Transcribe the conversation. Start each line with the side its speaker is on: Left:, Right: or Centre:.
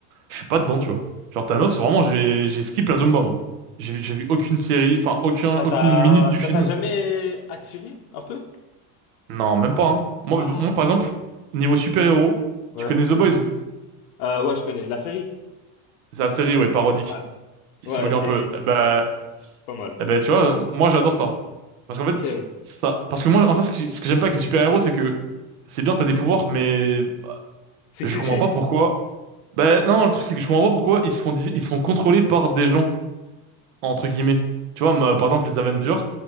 Right: Je suis pas dedans, tu vois. Genre Thanos, vraiment, j'ai j'ai skip la Zumba, moi. J'ai j'ai vu aucune série, enfin aucun
Left: Ça
Right: aucune
Left: t'a,
Right: minute du
Left: ça
Right: film.
Left: t'a jamais attiré, un peu?
Right: Non, même pas, hein. Moi,
Left: Pas.
Right: moi par exemple, niveau super-héros,
Left: Ouais.
Right: tu connais The Boys?
Left: Euh, ouais, je connais. La série?
Right: C'est la série, ouais, parodique,
Left: Ouais,
Right: qui
Left: ouais,
Right: se moque
Left: c'est
Right: un peu. Eh Bah,
Left: pas mal.
Right: eh ben, tu vois, moi j'adore ça. Parce qu'en fait,
Left: Ok, ouais.
Right: ça. Parce que moi, en fait, ce que, ce que j'aime pas avec les super-héros, c'est que c'est bien, t'as des pouvoirs, mais bah,
Left: C'est
Right: je
Left: cliché.
Right: comprends pas pourquoi. bah non, le truc, c'est que je comprends pas pourquoi ils se font, di- ils se font contrôler par des gens, entre guillemets. Tu vois, ma- par exemple, les Avengers.